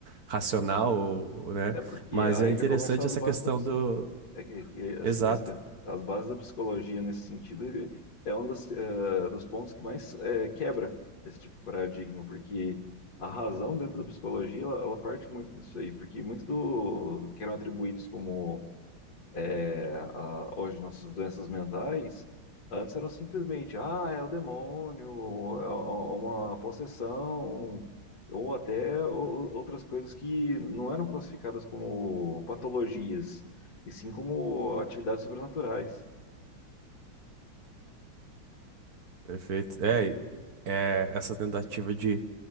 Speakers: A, on the right (about 50°); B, on the left (about 55°).
A: racional, ou- ou, né?
B: É porque
A: Mas
B: aí
A: é interessante
B: já começa as
A: essa
B: bases
A: questão
B: da,
A: do...
B: É que, que, assim,
A: Exato,
B: nesse, as bases da psicologia nesse sentido é um dos, eh, dos pontos que mais eh, quebra esse tipo de paradigma, porque a razão dentro da psicologia, ela, ela parte muito disso aí, porque muito do que eram atribuídos como é, a- hoje nossas doenças mentais, antes eram simplesmente, ah, é o demônio, é o- uma possessão, ou até o- outras coisas que não eram classificadas como patologias, e sim como atividades sobrenaturais.
A: perfeito. É, e- é essa tentativa de